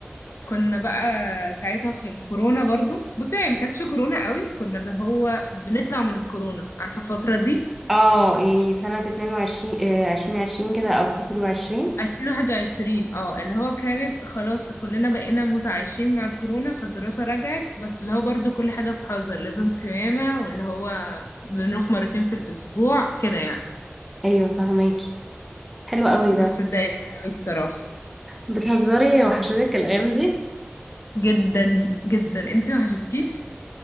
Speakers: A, on the left; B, in the centre.
A: كنا بقى ساعتها في الكورونا برضو بصي هي ما كانتش كورونا قوي كنا اللي هو بنطلع من الكورونا عارفه الفتره دي
B: اه يعني سنة 22 آه، 2020 كده او 21
A: عشرين واحد وعشرين اه اللي هو كانت خلاص كلنا بقينا متعايشين مع الكورونا فالدراسة رجعت بس اللي هو برضو كل حاجة بحذر لازم قيامة واللي هو بنروح مرتين في الأسبوع كده يعني
B: ايوه فهماكي حلو قوي
A: بس
B: ده
A: اتضايقت قوي الصراحة
B: بتهزري وحشتك الايام دي
A: جدا جدا انتي ما حشتكيش